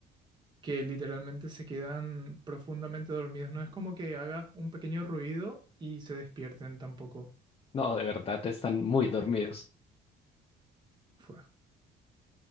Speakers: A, on the right; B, on the left.
A: que literalmente se quedan profundamente dormidos. No es como que hagas un pequeño ruido y se despierten tampoco.
B: No, de verdad están muy dormidos.
A: Fue.